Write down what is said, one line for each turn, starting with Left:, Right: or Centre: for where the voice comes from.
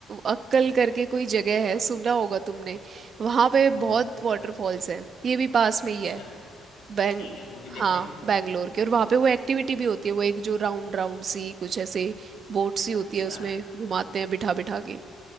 Right: अक्कल करके कोई जगह है सुना होगा तुमने वहाँ पे
Left: हम्म
Right: बहुत वाटरफॉल्स हैं ये भी पास
Left: अच्छा
Right: में ही है बैंग
Left: ठीक है वो भी देख
Right: हाँ
Left: लेंगे
Right: बैंगलोर के और वहाँ पे वो एक्टिविटी भी होती है वो एक जो राउंड राउंड सी कुछ ऐसे बोट सी
Left: अच्छा
Right: होती है उसमें घुमाते हैं बिठा बिठा के